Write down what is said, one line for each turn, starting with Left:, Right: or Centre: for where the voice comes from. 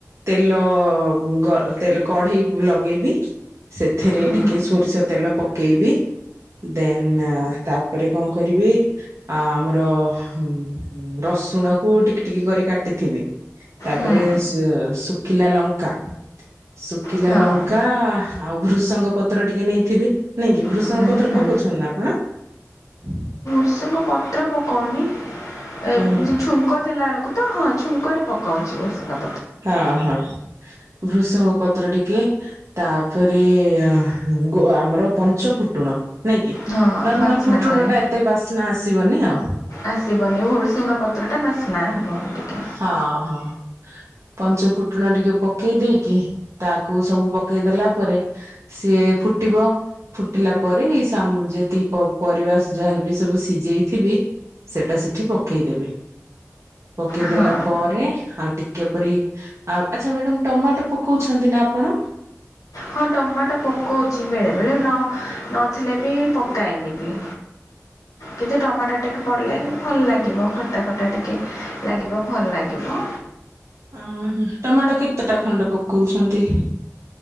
Right: ତେଲ ଗ ତେଲ କଢେଇ ଲଗେଇବି ସେଥିରେ
Left: ହଁ
Right: ଟିକେ ସୋରିଷ ତେଲ ପକେଇବି। ଦେନ୍ ତାପରେ କଣ କରିବି ଆ ଆମର ହୁଁ ରସୁଣ କୁ ଟିକିଟିକି କରି କାଟିଥିବି ତାପରେ
Left: ହଁ
Right: ଶୁକିଲା ଲଙ୍କା-ଶୁକିଲା
Left: ହଁ
Right: ଲଙ୍କା ଆଉ ଭୃସଙ୍ଗ ପତ୍ର ଟିକେ ନେଇଥିବି ନାଇଁ କି, ଭୃସଙ୍ଗ
Left: ହୁଁ
Right: ପତ୍ର
Left: ହୁଁ
Right: ପକଉଛନ୍ତି ନା ଆପଣ? <inaudible>
Left: ଭୃସଙ୍ଗ ପତ୍ର ପକୋଉନି, ଏ
Right: ହୁଁ ହୁଁ
Left: ଯୋଉ ଛୁଙ୍କ ଦେଲାବେଳକୁ ତାକୁ ତ ହଁ ଛୁଙ୍କରେ ପକଉଛି ଭୃସଙ୍ଗ।
Right: ହଁ-ହଁ ଭୃଷଙ୍ଗ ପତ୍ର ଟିକେ ତାପରେ ଆହ ଗୋ ଆମର ପଞ୍ଚ ଫୁଟୁଣ। ନାଇଁ କିି
Left: ହଁ
Right: ନର୍ମାଲ
Left: ବାସ୍ନା
Right: ଫୁଟୁଣ
Left: ପାଇଁ
Right: ଟା ଏତେ ବାସ୍ନା ଆସିବନି ଆଉ।
Left: ଆସିବନି ହୁଡ଼ଶୁଙ୍ଗ ପତ୍ରଟା ବାସ୍ନା ହବ ଟିକେ।
Right: ହଁ ହଁ। ପଞ୍ଚ ଫୁଟଣ ଟିକେ ପକେଇ ଦେଇକି ତାକୁ ସବୁ ପକେଇଦଲା ପରେ ସିଏ ଫୁଟିବ। ଫୁଟିଲା ପରେ ସାମ୍ ଯେତିକି ପ ପରିବା ଯାହାବି ସବୁ ସିଝେଇଥିବି ସେଟା ସେଠି ପକେଇଦେବେ। ପକେଇଦେଲା
Left: ହଁ
Right: ପରେ ଆଉ ଟିକେ କେପରି ଆ ଆଚ୍ଛା ମ୍ୟାଡ଼ାମ ଟମାଟୋ ପକଉଛନ୍ତି ନା ଆପଣ?
Left: ହଁ ଟମାଟୋ ପକଉଚି ବେଳେବେଳେ ନ ନଥିଲେ ବି ପକାଏନି ବି। କିନ୍ତୁ ଟମାଟୋ ଟିକେ ପଡ଼ିଲେ ଭଲ ଲାଗିବ ଖଟା ଖଟା ଟିକେ ଲାଗିବ ଭଲ ଲାଗିବ।
Right: ଉଁ ଟମାଟୋ କେତେଟା ଖଣ୍ଡେ ପକଉଛନ୍ତି?